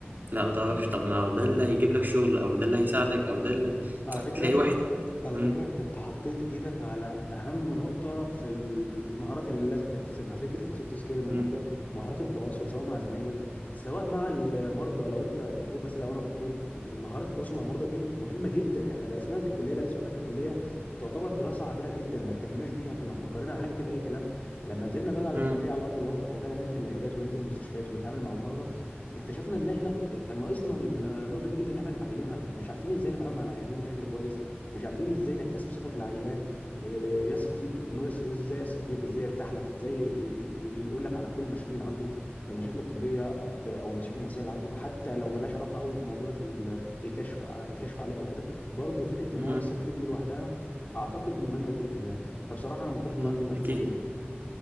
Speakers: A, on the right; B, on the left.
A: لا ما تعرفش طب ما هو ده اللي هيجيب لك شغل او ده اللي هيساعدك او ده اللي
B: على فكره
A: تلاقي واحد
B: على
A: مم،
B: فكرة انت حطيت ايدك على اهم نقطة في ال- في المهارات اللي لازم تكتسبها فكرة السوفت سكيلز انك
A: مم،
B: مهارات التواصل سواء مع زمايلك سواء مع المرضى لو انت دكتور مثلا لو انا دكتور مهارات التواصل مع المرضى دي مهمة جدا احنا درسناها في الكلية درسوها لنا في الكلية تعتبر دراسة عابرة جدا ما اهتمناش بيها وكنا مفكرينها حاجة كده اي كلام لما نزلنا بقى بعد
A: مم،
B: الكلية على ارض الواقع وبدأنا ننزل العيادات وننزل المستشفيات ونتعامل مع المرضى اكتشفنا ان احنا ك- كان ناقصنا النقطة دي جدا ان احنا نتعلمها مش عارفين ازاي نتعامل مع العيانين بشكل كويس مش عارفين ازاي نكتسب ثقة العيان آه، يثق فيك انه يثق- ازاي يثق فيك ازاي يرتاح لك ازاي ي- ي- يقول لك على كل المشاكل اللي عنده آه، المشاكل الطبية ب- او المشاكل النفسية اللي عنده حتى لو ملهاش علاقة قوي بموضوع ال- الكشف الكشف عليه او كده برضه فكرة ان
A: مم،
B: هو يثق فيك دي لوحدها اعتقد مهمة جدا يعني فبصراحة انا متفق
A: مم.
B: معاك جدا في
A: اكيد
B: النقطة دي